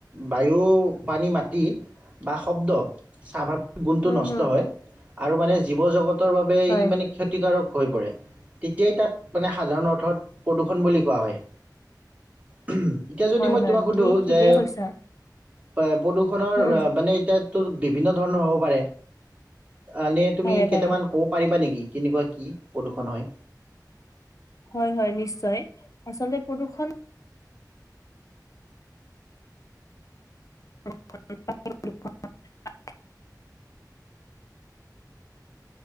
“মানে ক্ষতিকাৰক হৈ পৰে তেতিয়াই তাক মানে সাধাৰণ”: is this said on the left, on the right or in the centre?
Right